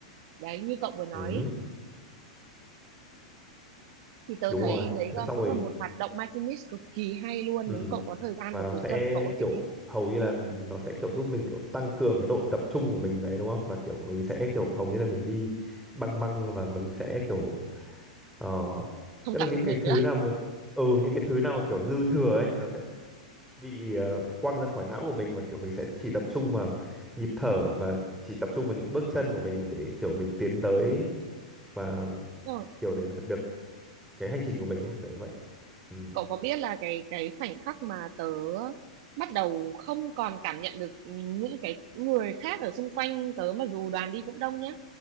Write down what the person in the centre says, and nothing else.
ừ
đúng
rồi
thế
xong
rồi
ừ
và
nó
sẽ
kiểu
hầu như là nó sẽ kiểu giúp mình kiểu tăng cường cái độ tập trung của mình đấy đúng không và kiểu mình sẽ kiểu hầu như là mình đi băng băng và mình sẽ kiểu ờ,
tức
là những
cái thứ
nào mà ừ những cái thứ nào mà kiểu dư thừa ấy thì nó sẽ bị ờ, quăng ra khỏi não của mình và kiểu mình sẽ chỉ tập trung vào nhịp thở và chỉ tập trung vào những bước chân của mình để kiểu mình tiến tới và
kiểu để đạt được cái hành trình của mình
ấy kiểu như vậy ừ